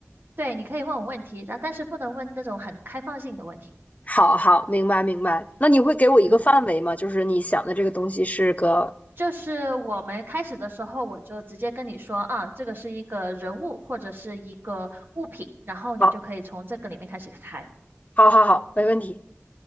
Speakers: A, on the right (about 50°); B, on the left (about 35°).
A: 对，你可以问我问题，然但是不能问那种很开放性的问题。
B: 好好，明白明白。那你会给我一个范围吗？
A: 嗯，
B: 就是你想的这个东西是个，
A: 就是我们开始的时候，我就直接跟你说啊，这个是一个人物或者是一个物品，然后你就可以从这个里面开始猜。
B: 好，好，好，好，没问题。